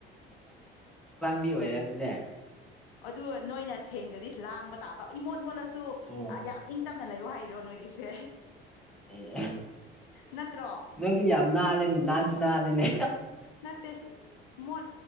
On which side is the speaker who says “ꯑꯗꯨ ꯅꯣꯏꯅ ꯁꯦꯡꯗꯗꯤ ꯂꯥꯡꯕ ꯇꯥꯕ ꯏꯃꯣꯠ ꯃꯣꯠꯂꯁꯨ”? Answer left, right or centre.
Left